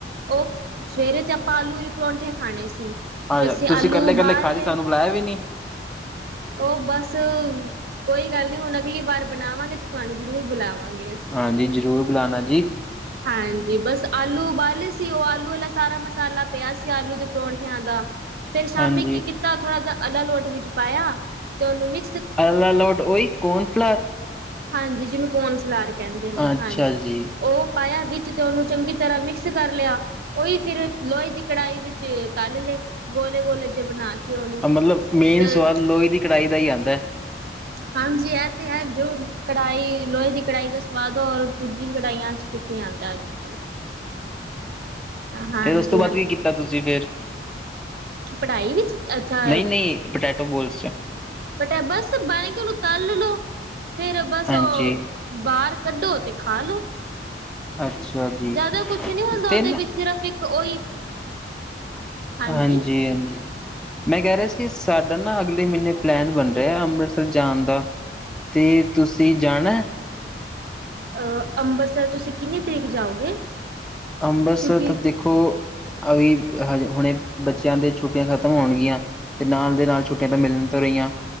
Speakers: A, on the right; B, in the centre.
A: ਉਹ ਸਵੇਰੇ ਤੇ ਆਪਾਂ ਆਲੂ ਦੇ ਪਰੌਂਠੇ ਖਾਣੇ ਸੀ
B: ਆਜਾ
A: ਤੇ ਅਸੀਂ
B: ਤੁਸੀਂ
A: ਆਲੂ
B: ਕੱਲੇ-ਕੱਲੇ
A: ਉਬਾਲ
B: ਖਾ ਲਈ
A: ਲਏ
B: ਸਾਨੂੰ ਬੁਲਾਇਆ ਵੀ ਨੀ।
A: ਉਹ ਬਸ ਬੱਸ ਕੋਈ ਗੱਲ ਨਹੀਂੀ ਹੁਣ ਅਗਲੀ ਵਾਰ ਬਣਾਵਾਂਗੇ ਤੇ ਤੁਹਾਨੂੰ ਜ਼ਰੂਰ ਬੁਲਾਵਾਂਗੇ
B: ਹਾਂਜੀ ਜ਼ਰੂਰ ਬੁਲਾਣਾ ਜੀ,
A: ਹਾਂਜੀ ਬਸ ਆਲੂ ਉਬਾਲੇ ਸੀ ਉਹ ਆਲੂ ਵਾਲਾ ਸਾਰਾ ਮਸਾਲਾ ਪਿਆ ਸੀ ਆਲੂ ਦੇ ਪਰੌਂਠਿਆਂ ਦਾ ਫੇਰ ਸ਼ਾਮੀ
B: ਹਾਂਜੀ
A: ਕੀ ਕੀਤਾ ਥੋੜਾ ਜਹਾ <inaudible>
B: <unintelligible>
A: ਹਾਂਜੀ ਜਿਹਨੂੰ ਕੌਣ ਫਲਾ ਕੇ ਕਹਿੰਦੇ ਨੇ
B: ਅੱਛਾ
A: ਹਾਂਜੀ
B: ਜੀ,
A: ਉਹ ਪਾਇਆ ਵਿੱਚ ਤੇ ਉਹਨੂੰ ਚੰਗੀ ਤਰ੍ਹਾਂ ਮਿਕਸ ਕਰ ਲਿਆ ਉਹੀ ਫਿਰ ਲੋਹੇ ਦੀ ਕੜਾਹੀ ਵਿੱਚ ਤਲ ਲਏ ਗੋਲੇ ਗੋਲੇ ਜੇ ਬਣਾ ਕੇ ਉਹਨੂੰ।
B: ਹਾਂ ਮਤਲਬ ਮੇਨ
A: ਜ
B: ਸਵਾਦ ਲੋਹੇ ਦੀ ਕੜਾਹੀ ਦਾ ਹੀ ਆਉਂਦਾ ਹੈ
A: ਹਾਂਜੀ ਇਹ ਤੇ ਹੈ ਜੋ ਕੜਾਹੀ ਲੋਹੇ ਦੀ ਕੜਾਹੀ ਦਾ ਸਵਾਦ ਔਰ ਦੂਜੀ ਕਢਾਈਆਂ ਚ ਕਿੱਥੇ ਆਦਾ ਅੱਜ ਕੱਲ੍ਹ ਹਾਂਜੀ
B: ਫੇਿਰ ਉਸ ਤੋਂ ਬਾਅਦ
A: ਹਾਂਜੀ
B: ਕੀ ਕੀਤਾ ਤੁਸੀਂ ਫੇਰ
A: ਪੜ੍ਹਾਈ ਵਿੱਚ ਅੱਛਾ
B: ਨਹੀਂ ਨਹੀਂ ਪੋਟੈਟੋ ਬੋਲਸ
A: ਪਟਿਆ ਬਸ ਬਣੀ ਕੇ ਉਹਨੂੰ ਤਲ ਲਓ। ਫੇਰ ਬਸ
B: ਹਾਂਜੀ,
A: ਔ ਬਾਰ, ਕੱਢੋ ਤੇ ਖਾ ਲੋੋ,
B: ਅੱਛਾ ਜੀ।
A: ਜ਼ਿਆਦਾ ਕੁਛ ਨਹੀਂ ਹੁੰਦਾ
B: ਤੇ
A: ਉਹਦੇ
B: ਨਾ
A: ਵਿੱਚ ਸਿਰਫ਼ ਇੱਕ ਉਹੀ ਹਾਂਜੀ,
B: ਹਾਂਜੀ-ਹਾਂਜੀ, ਮੈਂ ਕਹਿ ਰਿਹਾ ਸੀ ਸਾਡਾ ਨਾ ਅਗਲੇ ਮਹੀਨੇ ਪਲੈਨ ਬਣ ਰਿਹਾ ਅੰਮ੍ਰਿਤਸਰ ਜਾਣ ਦਾ, ਅਤੇ ਤੁਸੀਂ ਜਾਣਾ,
A: ਅਹ ਅੰਬਰਸਰ ਤੁਸੀਂ ਕਿੰਨੀ ਤਰੀਕ ਜਾਓਗੇ।
B: ਅੰਬਰਸਰ
A: ਕਿਉਂਕਿ
B: ਤਾਂ ਦੇਖੋ ਅਭੀ ਹ ਹੁਣੇ ਬੱਚਿਆਂ ਦੇ ਛੁੱਟੀਆਂ ਖ਼ਤਮ ਹੋਣਗੀਆਂ, ਤੇ ਨਾਲ ਦੇ ਨਾਲ ਛੁੱਟੀਆਂ ਤਾਂ ਮਿਲਣ ਤੋਂ ਰਹੀਆਂ।